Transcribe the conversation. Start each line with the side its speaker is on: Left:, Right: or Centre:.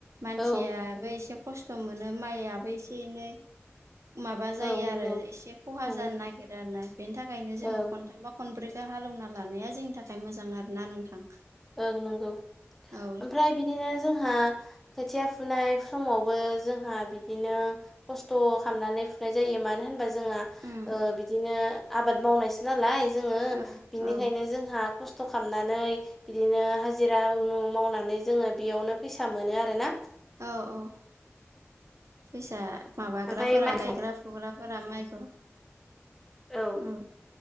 Right: मानसियाबो
Centre: औ
Right: एसे खस्थ मोनो माइयाबो एसे एनै माबा
Centre: औ
Right: जायो
Centre: नंगौ
Right: आरो एसे खहा
Centre: नंगौ
Right: जानो नागिरो आरोना बेनि थाखायनो जोङो
Centre: ओं
Right: खन थामबा खनब्रैखौ हालेवना लानाया जोंनि थाखाय मोजां आरो ना नोंथां
Centre: ओं नंगौ
Right: औ
Centre: ओमफ्राय बिदिनो जोंहा खोथिया फुनाय समावबो जोंहा बिदिनो खस्थ खालामनानै फुनाय जायो मानो होनबा जोंहा
Right: उम
Centre: ओ बिदिनो आबाद मावनायसो नालाय जोङो
Right: औ
Centre: बिनिखायनो
Right: औ
Centre: जोंहा खस्थ खालामनानै बिदिनो हाजिरा <unintelligible> मावनानै जोङो बेयावनो फैसा मोनो आरोना
Right: औ औ फैसा माबाग्राफोरा
Centre: ओमफ्राय माइ
Right: गायग्रा फुग्राफोरा माइखौ औ
Centre: औ